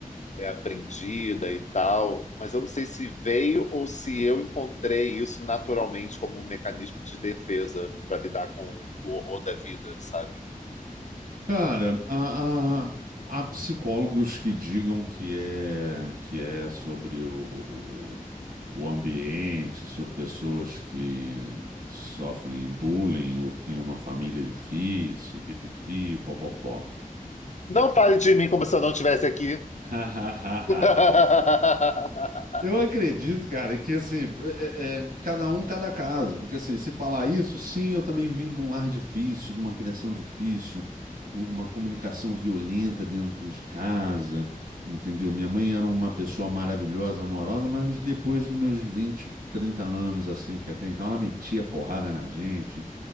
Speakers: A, on the left; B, on the right.
A: é aprendida e tal, mas eu não sei se veio ou se eu encontrei isso naturalmente como um mecanismo de defesa para lidar com o horror da vida, sabe?
B: Cara, há, há- há psicólogos que digam que é, que é sobre o, o, o- o ambiente, sobre pessoas que sofrem bullying ou que têm uma família difícil, pipipi, popopó.
A: Não fale de mim como se eu não estivesse aqui.
B: <laughs>
A: <laughs>
B: Eu acredito, cara, que assim, é- é- cada um, cada caso. Porque assim, se falar isso, sim, eu também vim de um lar difícil, de uma criação difícil, um- uma comunicação violenta dentro de casa, entendeu? Minha mãe era uma pessoa maravilhosa, amorosa, mas depois dos meus 20, 30 anos, assim, porque até então ela metia porrada na gente,